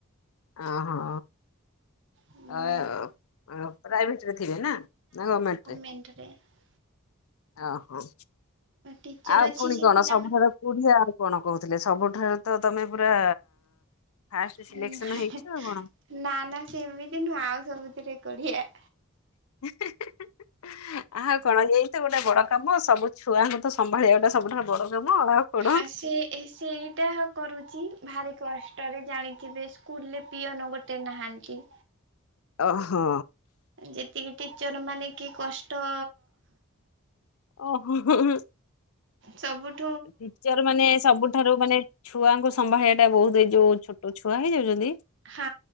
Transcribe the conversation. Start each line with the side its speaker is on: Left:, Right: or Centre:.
Left: ଅହୋ।
Right: ନା
Left: ଅ ପ୍ରାଇଭେଟ ରେ ଥିବେ ନା ନା ଗମେଣ୍ଟରେ।
Right: <unintelligible>
Left: ଅହୋ
Right: ଟିଚର
Left: ଆଉ
Right: ଅଛି
Left: ପୁଣି
Right: ସେ
Left: କଣ
Right: ପିଲାମାନେ
Left: ସବୁଠାରେ କୋଡିି ଆ କଣ କହୁଥିଲେ ସବୁଠାରୁ ତ ତମେ ପୁରା ଫାଷ୍ଟ ସିଲେକ୍ସନ
Right: ନାଇଁ
Left: ହେଇଛ ଆଉ କଣ?
Right: ନା ନା ସେମିତି ନୁହଁ ଆଉ ସବୁଥିରେ କୁଢିଆ।
Left: ହେଁ ହେଁ। ଆଉ କଣ ଏଇତ ଗୋଟେ ବଡ କାମ ସବୁ ଛୁଆଙ୍କୁ ତ ସମ୍ଭାଳିିବା ଗୋଟେ ସବୁଠାରୁ ବଡ କାମ ଆଉ। କଣ
Right: ହା ସେ ଏ ସେଇଟା କରୁଛି ଭାରି କଷ୍ଟରେ ଜାଣିକିବି ସ୍କୁଲରେ ପିଅନ ଗୋଟେ ନାହାନ୍ତି।
Left: ଓହୋ।
Right: ଯେତିକି ଟିଚର ମାନେ କି କଷ୍ଟ
Left: ଓହୋ ହୁଁ ହୁଁ।
Right: ଚବୁରୁ
Left: ଟିଚର ମାନେ ସବୁ ଠାରୁ ମାନେ ଛୁଆଙ୍କୁ ସମ୍ଭାଳିବା ଟା ବହୁତ ଏଇ ଯୋଉ ଛୋଟ ଛୁଆ ହେଇଯାଉଛନ୍ତି
Right: ହଁ।